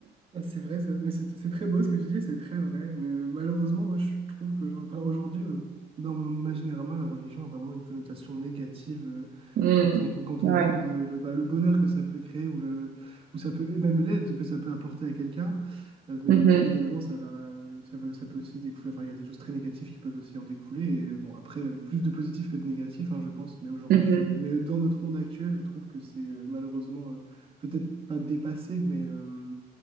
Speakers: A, on the right (about 35°); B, on the right (about 60°).
A: Ah, C'est vrai, ça- mais c'est c'est très beau ce que tu dis, c'est très vrai. Mais euh, malheureusement, moi, je trouve qu'aujourd'hui, aujourd'hui, euh, dans mon imaginaire à moi, la religion a vraiment une connotation négative. euh,
B: Mm.
A: quand on, vo- quand
B: Ouais.
A: on voit ma- le, bah, le bonheur que ça peut créer ou, le, ou ça peut, et même l'aide que ça peut apporter à quelqu'un, euh, mais
B: Mhm.
A: ou- également, ça va, euh, ça va- ça peut aussi découler. Enfin, il y a des choses très négatives qui peuvent aussi en découler. Et euh, bon, après, euh, plus de positifs que de négatifs, hein, je pense. Mais aujourd'hui,
B: Mhm.
A: je- mais dans notre monde actuel, je trouve que c'est euh, malheureusement euh, peut-être pas dépassé, mais. euh,